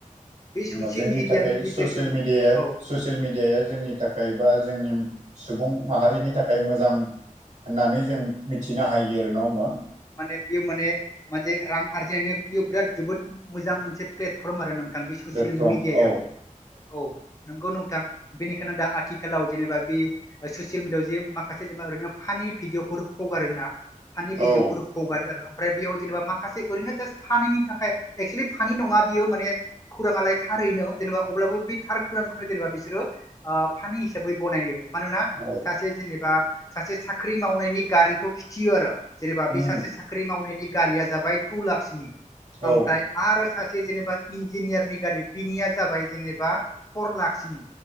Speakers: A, on the left; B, on the right.
A: बे
B: होमबा
A: ससियेल
B: जोंनि
A: मिडियानि
B: थाखाय
A: गेजेरजों
B: ससियेल मिडिया
A: औ
B: ससियेल मिडियाया जोंनि थाखाय बा जोंनि सुबुं माहारिनि थाखाय मोजां होननानै जों मिथिनो हायो आरो न होनबा
A: बिय माने मोसे रां आरजिनायनि बिय बिराद जोबोद मोजां मोनसे प्लेटफर्म आरो नों थां बे ससियेल
B: प्लेटफर्म
A: मिडियाबो
B: औ
A: औ नंगौ नोंथां बेनिखायनो दा आथिखालाव जेनेबा बे ससियेल मिडिआव जे माखासे जेनेबा ओरैनो फानि भिडिअफोर हगारो ना फानि भिडअ
B: औ
A: हगारो आरो ओमफ्राय बेयाव जेनेबा माखासे ओरैनो जास्ट फानिनि थाखाय एक्चुलि फानि नङा बियो माने <unintelligible> ङालाय थारैनो जेनेबा अब्लाबो बे थार खुरांखोनो जेनेबा बिसोरो फानि हिसाबै बनायो मानोना
B: औ
A: सासे जेनेबा सासे साख्रि मावनायनि गारिखौ खिथियो आरो जेनेबा बे सासे
B: उम
A: साख्रि मावनायनि गारिया जाबाय टु लाखसनि ओमफ्राय
B: औ
A: आरो सासे जेनेबा इन्जिनियारनि गारि बिनिया जाबाय जेनेबा फर लाखसनि